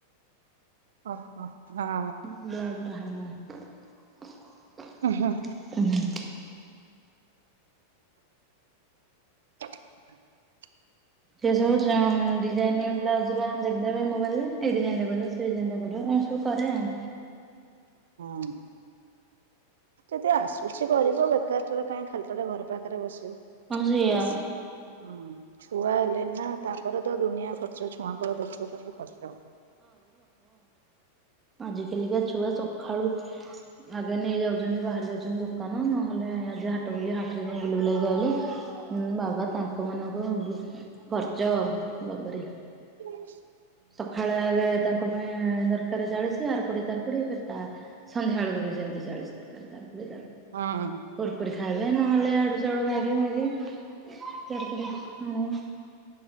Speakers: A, on the right; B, on the right.
A: ଓହୋ ହଁ।
B: <unintelligible>
A: ହୁଁ ହୁଁ।
B: ହୁଁ
A: <unintelligible>
B: ସେ ସବୁ ଡିଜାଇନି ବ୍ଲାଉଜ ର ଦେଖଦେବେ ମୋବାଇଲ ରେ। ଏଇ ଡିଜାଇନ ଟା କରିବ ସେ ଡିଜାଇନ୍ ଟା କରିବ ଏମିତି ସବୁ କରେ ଆଉ।
A: ହଁ ଯଦି ଆସୁଛି କରିବ ବେକାରଟାରେ କାହିଁ ଖାଲିଟାରେ ଘର ପାଖରେ ବସିବ
B: ହଁ ସେଇଆ
A: ବସି ହଁ ଛୁଆ ହେଲେନି ନା, ତାଙ୍କର ତ ଦୁନିଆ କ ସେ ଛୁଆଙ୍କର ଦେଖୁ ପାଇଁ ବି କଷ୍ଟ।
B: ଆଜି କାଲିକା ଛୁଆ ସକାଳୁ ଆଗେ ନେଇ ଯାଉଛନ୍ତି ବାହାରି ଯାଉଛନ୍ତି ଦୋକାନ, ନହେଲେ ଆଜି ହାଟ ବୁଲି ହାଟରେ ଯାଇ ବୁଲି ବୁଲାକି ଆଇଲେ। ହୁଁ ବାବା ତାଙ୍କ ମାନଙ୍କୁ ଖର୍ଚ୍ଚ ବାବାରେ।
A: <unintelligible>
B: ସକାଳେ ଆଗେ ତାଙ୍କ ତା ପାଇଁ ଦରକାର ଚାଳିଶି ଆର କୋଡିଏ ତାର କୋଡିଏ ତା ସନ୍ଧ୍ୟା ବେଳକୁ ବି ସେମିତି ଚାଳିଶ ଦର ତ ତାକୁ
A: ହଁ
B: କୁର କୁରି ଖାଇବେ ନହେଲେ ଆଡୁ ସଡୁ ମାଗି ମାଗି <unintelligible>